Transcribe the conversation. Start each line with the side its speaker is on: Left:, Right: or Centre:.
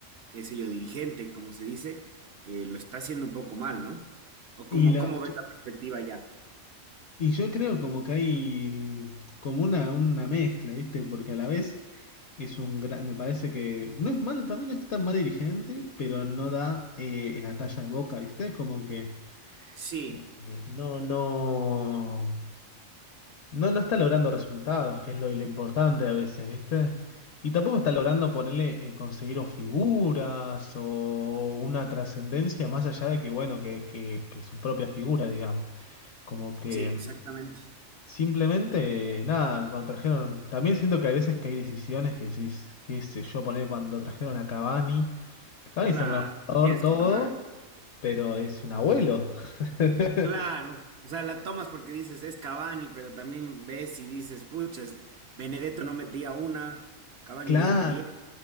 Right: qué sé yo, dirigente, como se dice, eh, lo está haciendo un poco mal, ¿no? ¿O cómo,
Left: Y la,
Right: cómo ves la perspectiva ya?
Left: Y yo creo como que hay como una, una mezcla, ¿viste? Porque a la vez es un gran, me parece que no es mal, también no es tan mal dirigente, pero no da eh, la talla de Boca, ¿viste? Como que
Right: Sí,
Left: eh, eh, no, no, no, no está logrando resultados, que es lo, lo importante a veces, ¿viste? Y tampoco está logrando ponerle, eh, conseguir o figuras o una trascendencia más allá de que, bueno, que, que, que su propia figura, digamos. Como que...
Right: sí, exactamente.
Left: mm, Simplemente, nada, cuando trajeron. También siento que hay veces que hay decisiones que decís, qué sé yo, poner cuando trajeron a Cavani. que Cavani
Right: Claro,
Left: es un gran jugador,
Right: tienes
Left: todo,
Right: que tomar.
Left: pero es un abuelo. <laughs>
Right: Claro, o sea, la tomas porque dices es Cavani, pero también ves y dices, puchas, Benedetto no metía una, Cavani
Left: Claro.
Right: viene bien,